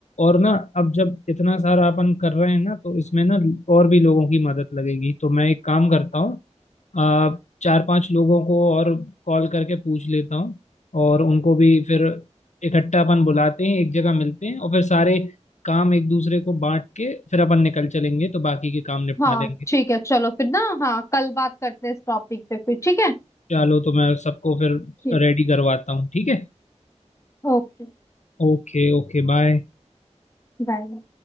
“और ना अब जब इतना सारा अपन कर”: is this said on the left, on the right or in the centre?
Left